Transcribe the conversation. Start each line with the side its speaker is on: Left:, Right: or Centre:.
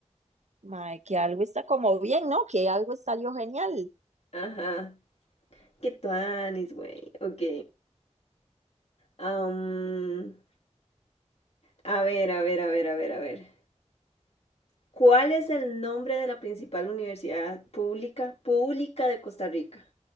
Right: mae, que algo está como bien, ¿no? Que algo salió genial,
Left: Ajá. ¿Qué tuanis, güey? Ok. Am, a ver, a ver, a ver, a ver, a ver. ¿Cuál es el nombre de la principal universidad pública pública de Costa Rica?